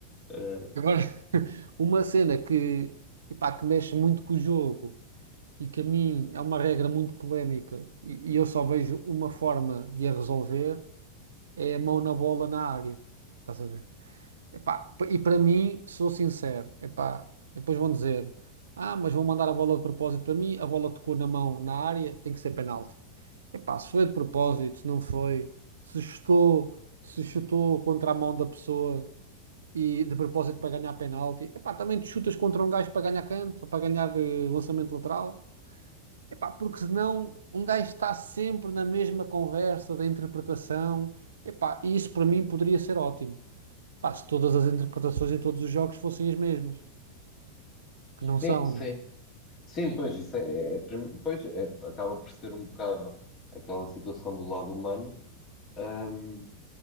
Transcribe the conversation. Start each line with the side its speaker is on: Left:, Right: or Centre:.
Left: Eh,
Right: Agora, <laughs> uma cena que, epá, que mexe muito com o jogo e que a mim é uma regra muito polémica e, e eu só vejo uma forma de a resolver é a mão na bola na área. Estás a ver? Epá, p- e para mim, sou sincero, epá, depois vão dizer, ah, mas vão mandar a bola de propósito para mim, a bola tocou na mão na área, tem que ser penalti. Epá, se foi de propósito, se não foi, se chutou, se chutou contra a mão da pessoa e de propósito para ganhar penalti, epá, também te chutas contra um gajo para ganhar canto, ou para ganhar eh, lançamento lateral, epá, porque senão um gajo está sempre na mesma conversa da interpretação, epá, e isso para mim poderia ser ótimo. Epá, se todas as interpretações em todos os jogos fossem as mesmas, que não são,
Left: Sim, sim.
Right: né?
Left: Sim, pois, isso é, é- é prim- pois, é- acaba por ser um bocado aquela situação do lado humano. Ahm,